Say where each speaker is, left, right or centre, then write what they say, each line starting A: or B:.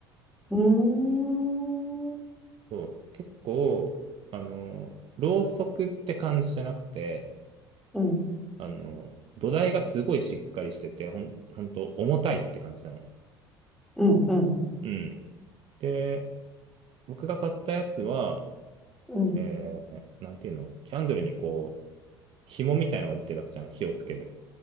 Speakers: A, in the centre; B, on the right.
A: うーん、うん、
B: そう結構あのろうそくって感じじゃなくて
A: う
B: あの土台がすごいしっかりしててほん、ほんと重たいって感じなの。
A: ん、うん、
B: うん。で僕が買ったやつは、
A: うん。
B: えー、なんていうのキャンドルにこう紐みたいのが出てるわけじゃん火をつける。